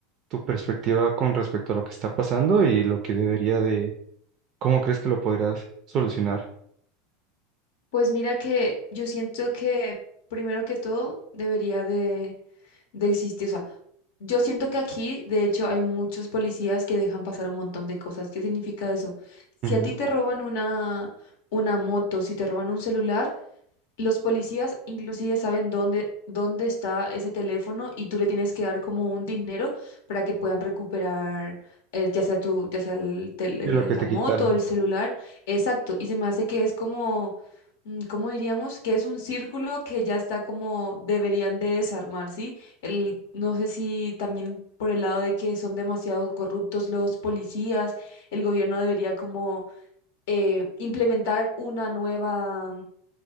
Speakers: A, on the right (about 45°); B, on the left (about 70°).
A: tu perspectiva con respecto a lo que está pasando y lo que debería de, cómo crees que lo podrías solucionar?
B: pues mira que yo siento que primero que todo debería de de existir. O sea, yo siento que aquí, de hecho, hay muchos policías que dejan pasar un montón de cosas. ¿Qué significa eso? Si
A: Ujú.
B: a ti te roban una, una moto, si te roban un celular, los policías inclusive saben dónde, dónde está ese teléfono y tú le tienes que dar como un dinero para que puedan recuperar eh, ya sea tu, ya sea el tel- el-
A: Y lo que
B: la
A: te
B: moto,
A: quitaron.
B: el celular. Exacto. Y se me hace que es como, mm, ¿cómo diríamos? Que es un círculo que ya está como deberían de desarmar, ¿sí? El, no sé si también por el lado de que son demasiado corruptos los policías, el gobierno debería como eh, implementar una nueva